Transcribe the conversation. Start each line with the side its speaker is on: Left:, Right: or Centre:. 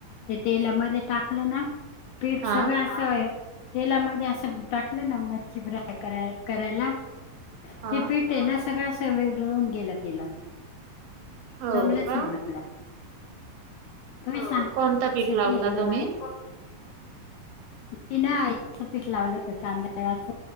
Left: ते तेलामध्ये टाकलं ना, पीठ
Right: हा
Left: सगळं आसं तेलामध्ये आसं टाकलं ना, मच्छी फ्राय करा करायला
Right: हा
Left: ती पेटते ना, सगळ आस वीरगळून गेल तेलात.
Right: हो
Left: जमलंच
Right: का
Left: नाही मला तुम्ही सांग रेसिपी
Right: कोणता पीठ लावता
Left: एकदा
Right: तुम्ही?
Left: मला? बिनाईचं पीठ लावलं का तांदळाच